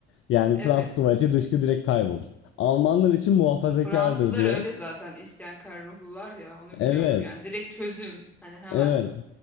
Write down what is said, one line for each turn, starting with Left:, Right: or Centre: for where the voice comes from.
Left: Yani
Centre: Evet.
Left: Fransız tuvaleti dışkı direkt kaybolur. Almanlar için muhafazakardır
Centre: Fransızlar
Left: diyor.
Centre: öyle zaten isyankar ruhlular ya onu
Left: Evet.
Centre: biliyorum yani. Direkt çözüm hani hemen.
Left: Evet.